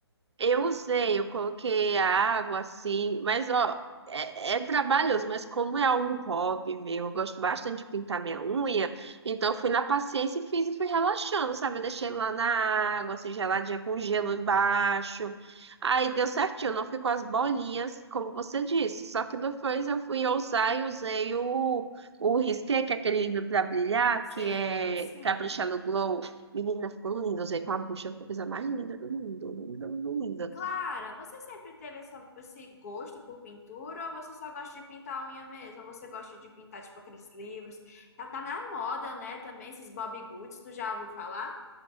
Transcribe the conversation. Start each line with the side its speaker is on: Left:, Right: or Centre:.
Right: Eu usei, eu coloquei a água assim, mas ó, é, é trabalhoso, mas como é um hobby meu, eu gosto bastante de pintar minha unha, então eu fui na paciência e fiz e fui relaxando, sabe? Eu deixei lá na água, assim, geladinha com gelo embaixo. Aí deu certinho, não ficou as bolinhas, como você disse. Só que depois eu fui ousar e usei o, o risqué, que é aquele livro para brilhar,
Left: Sei,
Right: que é
Left: sim.
Right: Capricha no Glow. Menina, ficou lindo. Usei com a bucha, foi a coisa mais linda do mundo. Linda, linda, linda.
Left: Clara, você sempre teve essa- esse gosto por pintura ou você só gosta de pintar a unha mesmo? Ou você gosta de pintar, tipo, aqueles livros? Tá, tá na moda, né, também, esses Bobbie Goods, tu já ouviu falar?